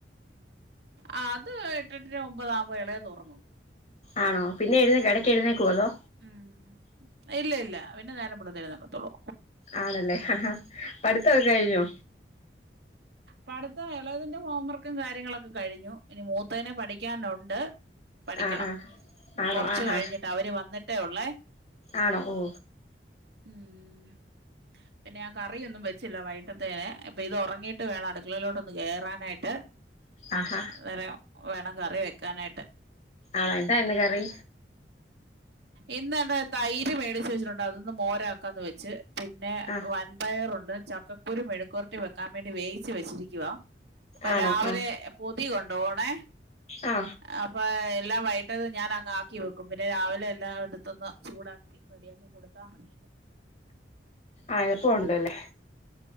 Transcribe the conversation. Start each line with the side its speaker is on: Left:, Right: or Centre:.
Right: ആ അത് എട്ട എട്ടര ഒമ്പതാുമ്പോ ഇളയ തുറങ്ങും
Left: ആണോ പിന്നെ എഴുന്നേക്കൊ എടക്ക് എഴുന്നേക്കൊ അതോ
Right: ഉം ഇല്ല ഇല്ല പിന്നെ നേരം മെളുതെഴുന്നേക്കത്തൊള്ളൂ
Left: ആണല്ലേ ഹ ഹ പഠിത്തവൊക്ക കഴിഞ്ഞോ
Right: പഠത്ത എളതിന്റെ ഹോം വർക്കും കാര്യങ്ങളൊക്കെ കഴിഞ്ഞു ഇനി മൂത്തേനെ പഠിക്കാനുണ്ട് പഠിക്കണം
Left: ആ ആ ആണോ
Right: കൊറച്ച്
Left: ആഹാ
Right: കഴിഞ്ഞിട്ട് അവര് വന്നിട്ടേ ഉള്ളേ
Left: ആണോ ഓ
Right: ഉം പിന്നെ ഞാൻ കറിയൊന്നും വെച്ചില്ല വൈ അപ്പൊ ഇത് ഉറങ്ങിയിട്ട് വേണം അടുക്കളയിലോട്ടൊന്ന് കേറാനായിട്ട്
Left: ആഹാ
Right: അന്നേരം വേണം കറി വെക്കാനായിട്ട്
Left: ആണ എന്താ ഇന്ന് കറി
Right: ഇന്ന എന്ത തൈര് മേടിച്ച് വെച്ചിട്ടുണ്ട് അതൊന്ന് മോരാക്കാന്ന് വെച്ച് പിന്നെ
Left: ആ
Right: വൻപയറുണ്ട് ചക്കക്കുരു മെഴുക്കുരട്ടി വെക്കാൻ വേണ്ടി വേയിച്ച് വെച്ചിരിക്കുവ അപ്പൊ
Left: ആണോ
Right: രാവിലെ
Left: ആ
Right: പൊതി കൊണ്ടോണേ
Left: ആ
Right: അപ്പൊ എല്ലാം വൈകിത് ഞാൻ അങ് ആക്കി വെക്കും പിന്നെ രാവിലെ എല്ലാം അടുത്തൊന്ന് ചൂടാക്കി റെഡിയാക്കി കൊടുത്താ മതിയല്ലോ <unintelligible>
Left: ആഹ എപ്പോ ഉണ്ടോ അല്ലേ